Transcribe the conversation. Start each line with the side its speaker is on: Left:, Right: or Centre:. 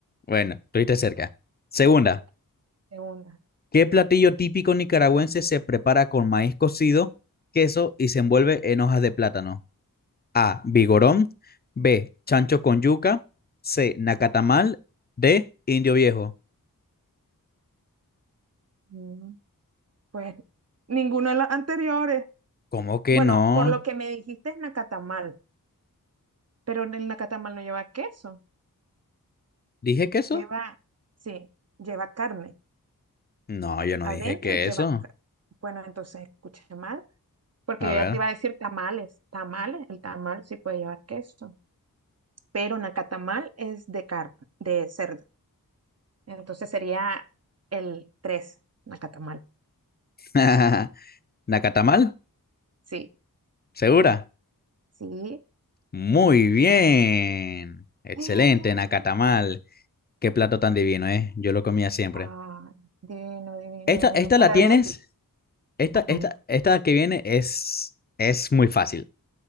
Left: Bueno, estuviste cerca. Segunda,
Right: Ok, Segunda.
Left: ¿qué platillo típico nicaragüense se prepara con maíz cocido, queso y se envuelve en hojas de plátano? A. Vigorón. B. Chancho con yuca. C. Nacatamal. D. Indio viejo.
Right: Mm, Pues ninguna de las anteriores.
Left: ¿Cómo que
Right: Bueno,
Left: no?
Right: por lo que me dijiste es nacatamal, pero el nacatamal no lleva queso.
Left: ¿Dije queso?
Right: Lleva, sí, lleva carne.
Left: No, yo no
Right: Adentro
Left: dije queso.
Right: lleva carne. Bueno, entonces escuché mal. Porque
Left: A
Right: yo
Left: ver.
Right: ya te iba a decir tamales, tamales, el tamal sí puede llevar queso, pero nacatamal es de carne, de cerdo. Entonces sería el tres nacatamal.
Left: <laughs> ¿Nacatamal?
Right: Sí,
Left: ¿Segura?
Right: sí. <gasps>
Left: Muy bien. Excelente,
Right: Eh,
Left: Nacatamal. Qué plato tan divino, ¿eh? Yo lo comía siempre.
Right: ah, divino, divino,
Left: Esta,
Right: divino.
Left: esta
Right: Para
Left: la tienes.
Right: los...
Left: Esta,
Right: Ajá.
Left: esta, esta que viene es, es muy fácil.